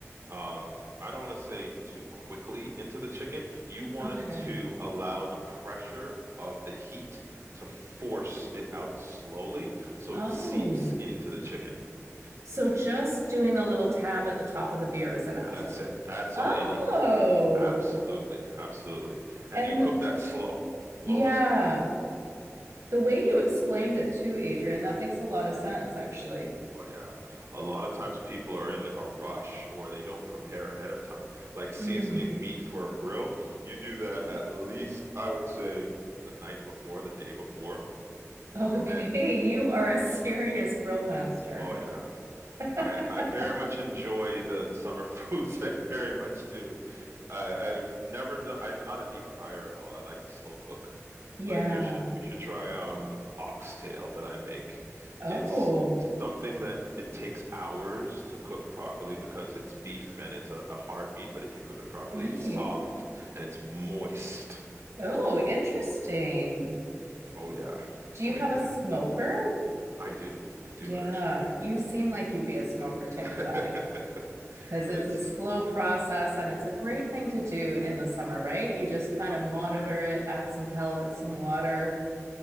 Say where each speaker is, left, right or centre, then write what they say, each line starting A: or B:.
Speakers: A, on the right (about 50°); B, on the right (about 65°).
A: Um, I don't want to say too quickly into the chicken. You want
B: Okay.
A: it to allow the pressure of the heat to force it out slowly so
B: Oh.
A: it seeps into the chicken.
B: So just doing the little tab at the top of the beer is enough.
A: That's it. That's
B: Oh.
A: all you need. Absolutely. Absolutely. And
B: And
A: you cook that slow, low
B: yeah,
A: and slow.
B: the way you explained it too, Adrian, that makes a lot of sense, actually.
A: Oh yeah. A lot of times people are in a rush or they don't prepare ahead of time. Like seasoning
B: Mm.
A: meat for a grill, you do that at least I would say the night before, the day before,
B: Okay,
A: and then
B: <laughs> you are a serious grill master.
A: oh yeah.
B: <laughs>
A: I I very much enjoy the the summer <laughs> foods. I very much do. I I've never done. I'm not a deep fryer at all. I like to slow cook.
B: Yeah.
A: Like you should you should try um oxtail that I make.
B: Oh,
A: It's something that it takes hours to cook properly because it's beef and it's a, a hard meat. But if you cook it properly,
B: right.
A: it's soft and it's moist.
B: Oh, interesting.
A: Oh yeah,
B: Do you
A: oh
B: have
A: yeah.
B: a smoker?
A: I do. I do
B: Yeah,
A: actually.
B: you seem like you'd be a smoker type
A: <laughs>
B: of guy because
A: It's
B: it's a slow process and it's a great thing to do in the summer, right? You just kind
A: 100%.
B: of monitor it, add some pellets, some water,